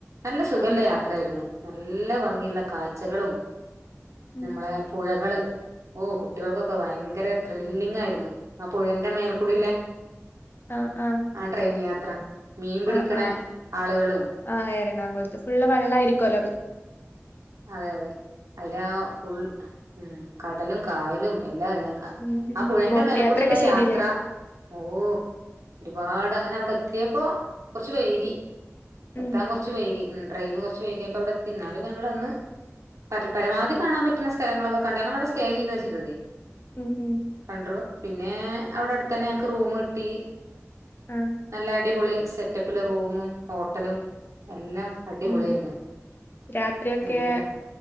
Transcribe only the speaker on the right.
നല്ല സുഖമല്ല
യാത്ര ആായിരുന്നു നല്ല ഭംഗി കാഴ്ചകളും
നമ്മളെ പുഴകൾ ഓ കുട്ടികൾക്കൊക്കെ ഭയങ്കര ത്രില്ലിങ് ആയിരുന്നു ആ പുഴെൻറ മേൽക്കൂടില്ലേ
ആഹ ട്രെയിൻ യാത്ര മീൻ പിടിക്കണ
ആളുകളും
അതെ അതെ അതില ഫുൾ ഉം കടലും കായലും എല്ലാ ഞ
ആ പുഴന്റെ
മേലെക്കൂടല്ല
യാത്ര ഓ ഒരുപാട് അങ്ങനെ അവിടെ എത്തിയപ്പോ കുറച്ച് വൈകി
എത്താൻ കുറച്ച് വൈകി ഉം ടെയിന് കുറച്ച് വകിയപ്പോ അവിടെ എത്തി ന്നൽ ഞങ്ങള അന്ന് പരമാവധി കാണാൻ പറ്റുന്ന സ്ഥലങ്ങളൊക്കെ കണ്ട ഞങ്ങള അവിടെ സ്റ്റേ ചെയ്തതേ
കണ്ടു പിന്നെ അവിടെ അടുത്ത തന്നെ ഞങ്ങക്ക് റൂം കിട്ടി
നല്ല അടിപൊളി സെറ്റപ്പിലെ റൂമും ഹോട്ടലും എല്ലാം അടിപൊളിയായിരുന്നു
നല്ല ഉം